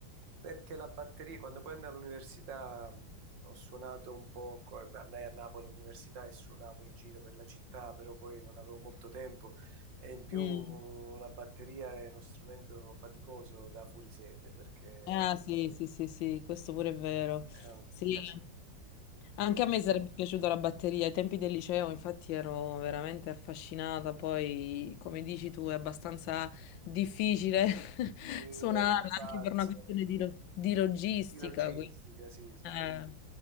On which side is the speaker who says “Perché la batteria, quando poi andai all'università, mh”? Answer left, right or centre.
Right